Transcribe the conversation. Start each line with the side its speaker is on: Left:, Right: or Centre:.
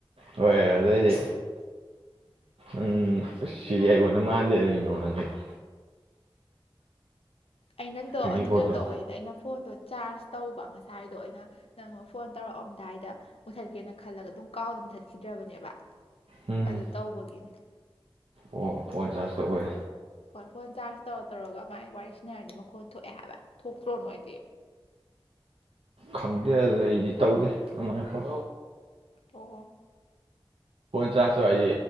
Right: ꯍꯣꯏ ꯑꯗꯨꯗꯗꯤ
Left: <unintelligible>
Right: ꯎꯝꯁ ꯁꯤꯔꯤ ꯑꯩꯏ ꯑꯣꯣꯟꯅ ꯃꯥꯟꯗꯦ ꯑꯗꯨ ꯅꯣ ꯅꯈꯩꯗ
Left: ꯑꯩ ꯅꯪꯗꯣ
Right: ꯐ꯭ꯔꯦꯡꯀꯤ
Left: ꯑꯗꯨ
Right: ꯀꯣꯜꯗꯣ
Left: ꯀꯩꯅꯣ ꯇꯧꯕꯩꯅ ꯑꯩꯅ ꯐꯣꯟꯗꯣ ꯆꯥꯔꯖ ꯇꯧꯕ ꯉꯁꯥꯏꯗꯣ ꯑꯩꯅ ꯅꯪ ꯐꯣꯟ ꯇꯧꯔꯛꯑꯝꯗ ꯑꯗꯨꯗꯥꯏꯗ ꯃꯨꯠꯊꯠꯀꯦꯅ ꯈꯜꯂꯒ ꯑꯗꯨꯝ ꯀꯥꯎꯗ ꯃꯨꯠꯊꯠꯈꯤꯗ꯭ꯔꯕꯅꯦꯕ
Right: ꯎꯝ
Left: ꯑꯗꯨ ꯇꯧꯕꯒꯤꯅꯦ <unintelligible>
Right: ꯑꯣ ꯄꯣꯟ ꯆꯥꯔꯖꯇ ꯑꯣꯏ
Left: ꯍꯣꯏ ꯐꯣꯟ ꯆꯥꯔꯖ ꯇꯧꯔ ꯇꯧꯔꯒ ꯃꯥꯏ ꯋꯥꯔꯤ ꯁꯤꯅ ꯍꯥꯏꯔꯗꯤ ꯃꯈꯣꯟ ꯊꯣꯛꯑꯦ ꯍꯥꯏꯕ ꯊꯣꯛꯇ꯭ꯔꯣ ꯅꯣꯏꯗꯤ
Right: ꯈꯪꯗꯦ ꯑꯗꯨꯗ ꯑꯩꯗꯤ ꯇꯧꯗꯦ ꯑꯗꯨꯃꯥꯏꯅ ꯄ
Left: ꯑꯣ
Right: ꯆ ꯑ ꯑꯩꯗꯤ